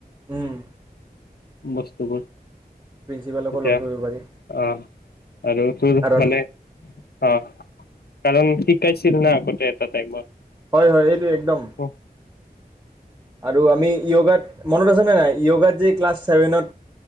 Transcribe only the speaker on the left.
বস্তুবোৰ
তেতিয়া
অ
আৰু তোৰ
মানে অ কাৰণ শিকাইছিল না আ গোটেই এটা টাইমত
অ